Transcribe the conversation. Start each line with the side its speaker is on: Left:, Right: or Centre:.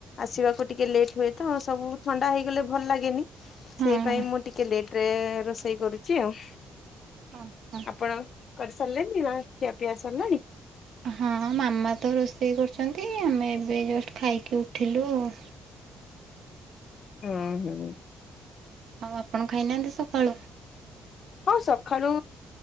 Left: ଆସିବାକୁ ଟିକେ ଲେଟ୍ ହୁଏ ତ ସବୁ ଥଣ୍ଡା ହେଇଗଲେ ଭଲ ଲାଗେନି।
Right: ହଁ
Left: ସେଇ ପାଇଁ ମୁଁ ଟିକେ ଲେଟରେ ରୋଷେଇ କରୁଛି ଆଉ।
Right: ହଁ ହଁ।
Left: ଆପଣ କରିସାରିଲେଣି ନା ଖିଆ ପିଇ ସାରିଲାଣି?
Right: ହଁ ମାମା ତ ରୋଷେଇ କରୁଛନ୍ତି ଆମେ ଏବେ ଜଷ୍ଟ ଖାଇକି ଉଠିଲୁ ଆଉ।
Left: ହୁଁ ହୁଁ।
Right: ଆଉ ଆପଣ ଖାଇନାହାନ୍ତି ସକାଳୁ?
Left: ହଁ ସକାଳୁ